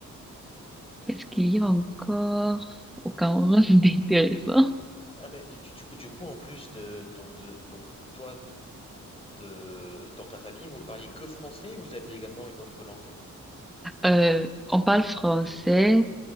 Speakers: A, in the centre; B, on the left.
A: Qu'est-ce qu'il y a encore au Cameroun <laughs> d'intéressant?
B: Ah mais du, du- du coup, du coup, en plus de donc de donc toi de- dans ta famille, vous ne parliez que français ou vous aviez également une autre langue?
A: Euh, on parle français